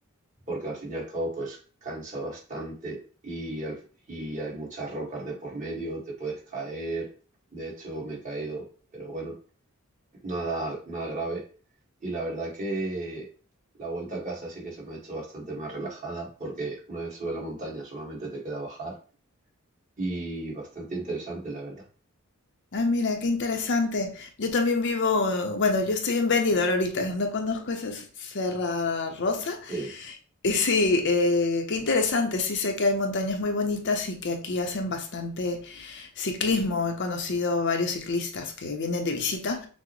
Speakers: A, on the right (about 35°); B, on the left (about 55°).
A: porque al fin y al cabo pues cansa bastante y, al- y hay muchas rocas de por medio, te puedes caer, de hecho me he caído, pero bueno, nada, nada grave. Y la verdad que la vuelta a casa sí que se me ha hecho bastante más relajada, porque una vez sube la montaña solamente te queda bajar y bastante interesante, la verdad.
B: Ah, mira, qué interesante. Yo también vivo, eh, bueno, yo estoy en Benidorm ahorita, no conozco esa Serra Rosa.
A: Sí,
B: Y Sí, eh, qué interesante. Sí sé que hay montañas muy bonitas y que aquí hacen bastante ciclismo. He conocido varios ciclistas que vienen de visita